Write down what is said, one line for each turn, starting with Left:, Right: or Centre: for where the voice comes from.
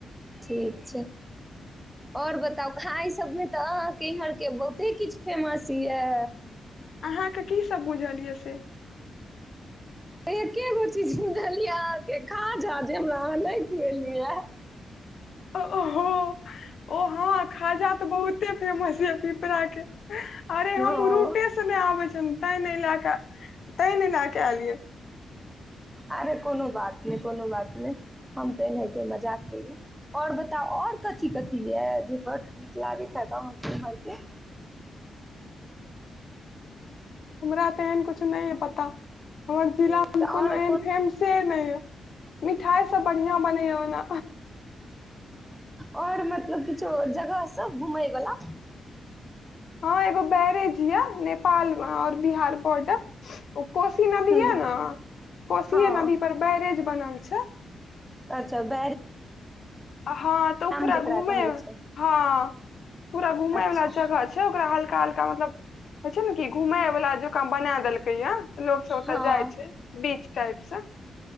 Centre: ठीक छै ओर बताउ खाइ सभमे तऽ अहाँके इम्हरके बहुते किछ फेमस य
Left: अहाँके कीसभ बुझल य से
Centre: एके गो चीज सुझलियै अहाँके खाझा जे हमरा अहाँ नहि खुएलियै य <inaudible>
Left: ओहो ओ हँ खाजा तऽ बहुते फेमस य पिपरा के अरे
Centre: हँ
Left: हम रूटेसँ नहि आबै छ ते ल कऽ ता ने लए क एलियै
Centre: अरे कोनो बात नै कोनो बात नै हम ते एनाहिते मजाक केलु और बताउ और कथी कथी य जे बड़ नीक लागै हैत आहाके इमहरके
Left: हमरा तेहन कुछ नइ य पता हमर जिला
Centre: तऽ
Left: मे
Centre: आओर
Left: कोनो एहन फेमसे नइ य मिठाइ सभ बढ़िआँ बनैए ओना
Centre: आओर मतलब किछो जगह सब घुमयवला
Left: हँ एगो बैरेज य नेपाल म और बिहार म ओ कोसी नदी
Centre: हूँ
Left: य न कोशीे
Centre: हँ
Left: नदी पर बैरेज बनल छै
Centre: अच्छा ब
Left: हँ तऽ उ पूरा
Centre: जेकरा
Left: घूमे
Centre: कहै छै
Left: हँ पूरा घूमय
Centre: अच्छा
Left: वला जगह छै ओकरा हल्क हल्का हलका मतलब हो छै ने की घुम बालला जका बना देलकै य लोग सब ओतय
Centre: हँ
Left: जाइ छै बीच टाइप स